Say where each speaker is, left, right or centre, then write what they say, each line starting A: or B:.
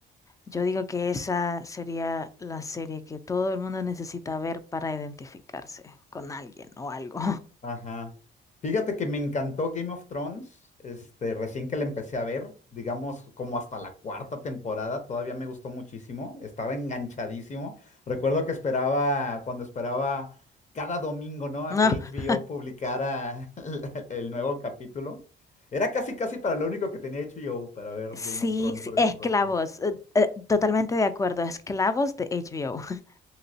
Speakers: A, on the left (about 15°); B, on the left (about 35°).
A: Yo digo que esa sería la serie que todo el mundo necesita ver para identificarse con alguien o algo.
B: Ajá. Fíjate que me encantó Game of Thrones, este, recién que la empecé a ver, digamos como hasta la cuarta temporada, todavía me gustó muchísimo, estaba enganchadísimo. Recuerdo que esperaba, cuando esperaba cada domingo, ¿no? A
A: <laughs>
B: que HBO publicara <laughs> el el nuevo capítulo. Era casi, casi para lo único que tenía HBO, para ver
A: Sí,
B: Game of Thrones
A: sí,
B: precisamente.
A: esclavos, eh, eh, totalmente de acuerdo, esclavos de H. HBO. <laughs>